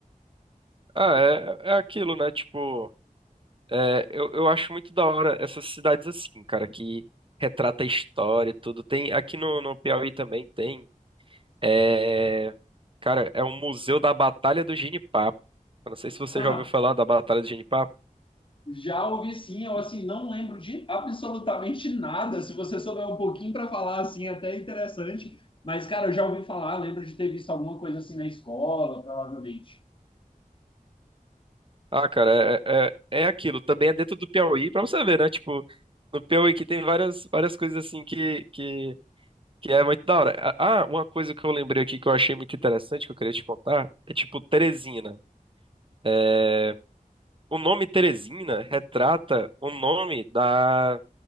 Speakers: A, on the right (about 35°); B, on the left (about 35°).
A: Ah, é, é aquilo, né? Tipo, é, eu, eu acho muito da hora essas cidades assim, cara, que retrata a história e tudo. Tem, aqui no, no Piauí também tem. É, cara, é um museu da Batalha do Genipapo. Eu não sei se você
B: <laughs>
A: já ouviu falar da Batalha do Genipapo.
B: Já ouvi sim, eu assim não lembro de absolutamente nada. Se você souber um pouquinho para falar assim, até é interessante. Mas cara, eu já ouvi falar, lembro de ter visto alguma coisa assim na escola, provavelmente.
A: Ah, cara, é, é, é é aquilo. Também é dentro do Piauí, pra você ver, né? Tipo, no Piauí que tem várias, várias coisas assim que, que, que é muito da hora. Ah, uma coisa que eu lembrei aqui que eu achei muito interessante, que eu queria te contar, é tipo Teresina. É, O nome Teresina retrata o nome da,